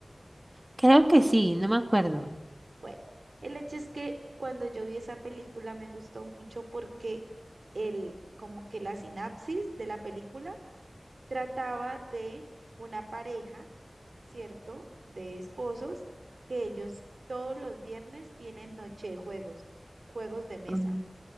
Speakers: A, on the right; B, on the right.
A: creo que sí, no me acuerdo.
B: Bueno, el hecho es que cuando yo vi esa película me gustó mucho porque el, como que la sinapsis de la película trataba de una pareja, ¿cierto? De esposos que ellos todos los viernes tienen noche de juegos, juegos de mesa.
A: Mm.